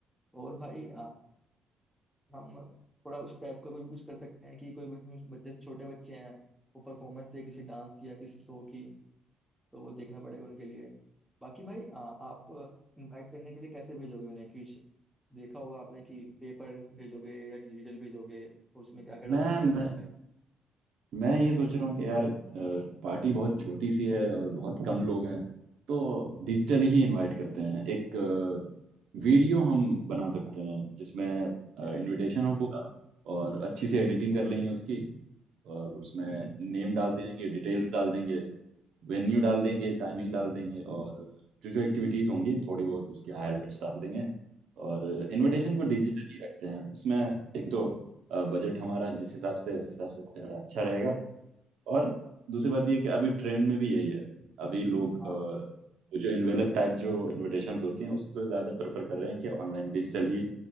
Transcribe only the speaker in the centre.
और भाई हम थोड़ा उस टाइप का कुछ कुछ कर सकते हैं कि कोई ब- हम बच्चे से छोटे बच्चे हैं वो परफॉर्मेंस दे किसी डांस की या किसी शो की तो वो देखना पड़ेगा उनके लिए बाकी भाई आ, आप इनवाइट करने के लिए कैसे भेजोगे उन्हें कि श- देखा होगा आपने कि पेपर भेजोगे या डिजिटल भेजोगे और उसमें क्या क्या डालना
चाहोगे
उसमें
क्या
हम्म हम्म,
ये
हाँ
हाँ